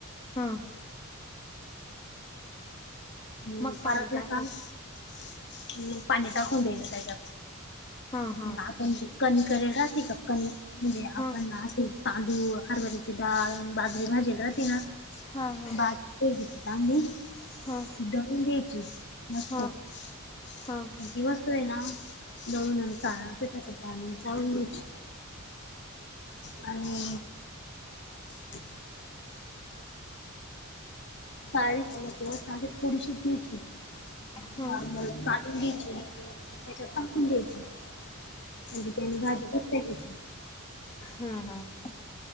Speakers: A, on the left (about 30°); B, on the left (about 55°).
A: हा
B: हम्म
A: मग
B: परतलं
A: पाणी टाकायचं
B: का मग पाणी टाकून द्यायचं त्याच्यात,
A: हा हा
B: मग आपण कणिक राहते का कणी, म्हणजे
A: हा
B: आपण असे तांदूळ हरभऱ्याचे डाळ म्हणजे भाजीला राहती ना,
A: हा हा हा
B: बाप रे किती <unintelligible>
A: हा
B: दळून घ्यायची मस्त,
A: हा
B: आणि
A: हा हा
B: ती मस् आहे ना, दळून आणि चाळून पिठाच्या चाळणीने चाळून घेयची. आणि <unintelligible> आणि <unintelligible> थोडीशी घेयची.
A: हा हा
B: नॉर्मल
A: हा
B: काढून घ्यायची, आणि त्याच्यात टाकून द्यायची. म्हणजे त्यानी भाजी घट्ट होती.
A: हम्म हम्म